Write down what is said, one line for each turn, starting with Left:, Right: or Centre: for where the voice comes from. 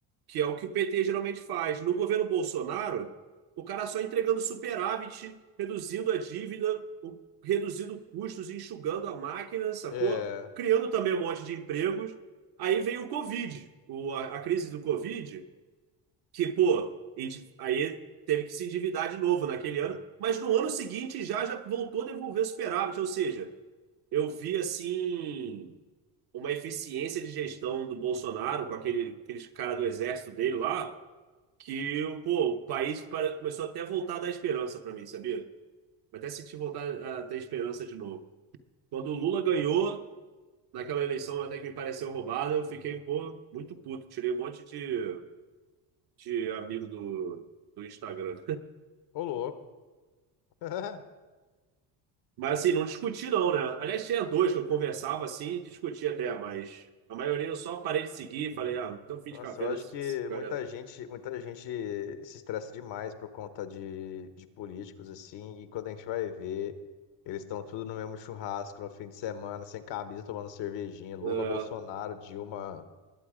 Right: Que é o que o PT geralmente faz. No governo Bolsonaro, o cara só entregando superávit, reduzindo a dívida, o- reduzindo custos, enxugando a máquina, sacou?
Left: É,
Right: Criando também um monte de empregos. Aí veio o Covid, o, a a crise do Covid que, pô, indi- aí teve que se endividar de novo naquele ano, mas no ano seguinte já, já voltou a devolver superávit, ou seja, eu vi assim uma eficiência de gestão do Bolsonaro com aquele, aqueles cara do exército dele lá, que pô, o país para- começou até a voltar a dar esperança para mim, sabia? Eu Até senti voltar a ter esperança de novo. Quando o Lula ganhou, naquela eleição até que me pareceu roubada, eu fiquei, pô, muito puto. Tirei um monte de, de amigo do, do Instagram.
Left: ô louco. <laughs>
Right: Mas assim, não discuti não, né? Aliás, tinha dois que eu conversava assim e discutia até, mas a maioria eu só parei de seguir e falei, ah, então fim
Left: Nossa,
Right: de carreira,
Left: eu acho
Right: esse-
Left: que
Right: esse galera.
Left: muita gente, muita gente se estressa demais por conta de, de políticos, assim, e quando a gente vai ver, eles estão tudo no mesmo churrasco no fim de semana, sem camisa, tomando cervejinha. Lula,
Right: É,
Left: Bolsonaro, Dilma,